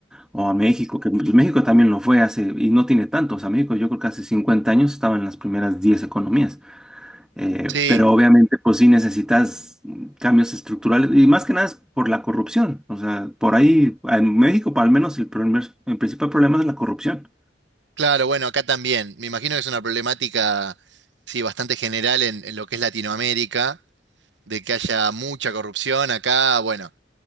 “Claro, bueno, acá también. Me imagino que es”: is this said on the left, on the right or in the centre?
Right